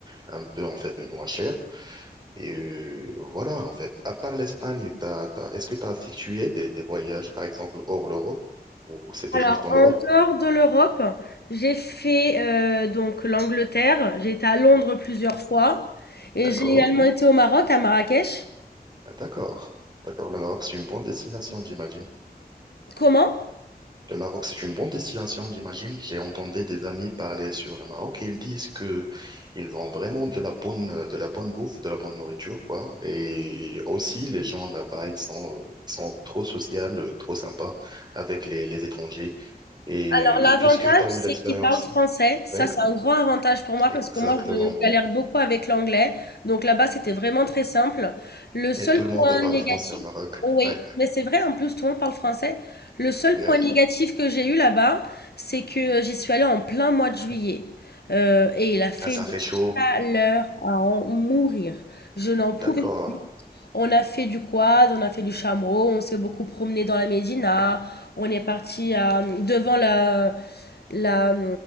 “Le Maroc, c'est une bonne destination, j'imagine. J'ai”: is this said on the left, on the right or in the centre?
Right